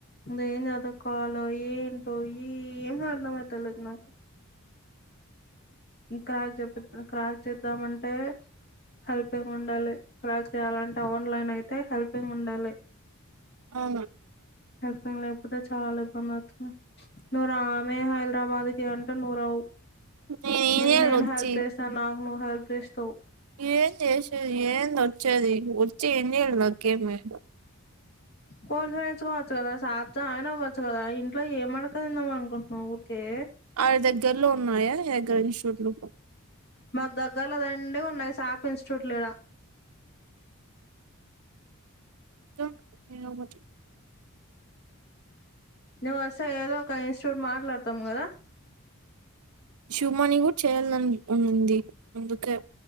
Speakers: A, on the left; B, on the right.
A: ఏం చదువుకోవాలో ఏంటో ఏమ్ అర్థమవ్వట్లేదు నాకు ఇం క్రాస్ క్రాస్ చేద్దామంటే హెల్పింగ్ ఉండాలి క్రాస్ చేయాలంటే ఆన్లైన్ అయితే హెల్పింగ్ ఉండాలి
B: అవును
A: హెల్పింగ్ లేకపోతే చాలా ఇబ్బంది అవుతుంది నువ్వురావే హైదరాబాద్ కి అంటే నువ్వు
B: నేను ఏం
A: నీకు
B: చేయాలి
A: నేను
B: వచ్చి
A: హెల్ప్ చేస్త నాకు నువ్వు హెల్ప్ చేస్తవ్
B: ఏం చేసేది ఏంది వచ్చేది వచ్చి ఎన్ని ఏలు నా క కెమి
A: కొంచసం నేర్చుకోవచ్చు కదా సార ఆయన అవ్వచ్చు కదా ఇంట్లో ఏమడకదిందామ అనుకుంటున్నాం ఊరికే
B: ఆవి దగ్గర్లో ఉన్నాయా ఎగ్ <unintelligible>
A: మాకు దగ్గరలో రోండే ఉన్నాయి సాప్ ఇన్స్టిట్యూట్ ఇడ
B: ఇంకా <unintelligible>
A: నువ్వు వస్తే ఏదో ఒక ఇన్స్టిట్యూట్ మాట్లాడతాం కదా.
B: శివమన్నింగ్ చేయాల అని ఉంది అందుకే